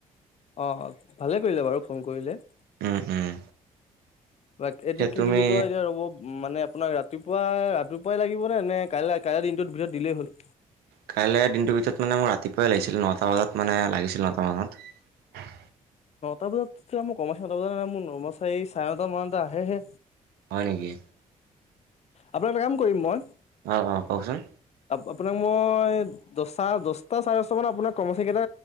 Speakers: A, on the left; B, on the right.
A: অঁ ভালে কৰিলে বাৰু ফোন কৰিলে,
B: উম উম।
A: বা এইটো
B: পিছে
A: কি
B: তুমি
A: বুলি কয় এতিয়া ৰ'ব মানে আপোনাক ৰাতিপুৱা ৰাতিপুৱাই লাগিব নে কাইলৈ কাইলৈ দিনটোত ভিতৰত দিলেই হ'ল।
B: কাইলৈ দিনটোৰ ভিতৰত মানে মোৰ ৰাতিপুৱাই লাগিছিল নটা বজাত মানে ল লাগিছিল ন টা মানত,
A: তাৰপিছত তেতিয়া মই কমাইছ তাৰপিছ মোৰ না এই চাৰে নটা মানতে আহেহে,,
B: হয় নিকি
A: আপোনাক এটা কাম কৰিম মই,
B: অ অ কওকচোন?
A: আপোনাক মই দচটা দহটা চাৰে দটা মান আপোনাক কম' সেই কেইটা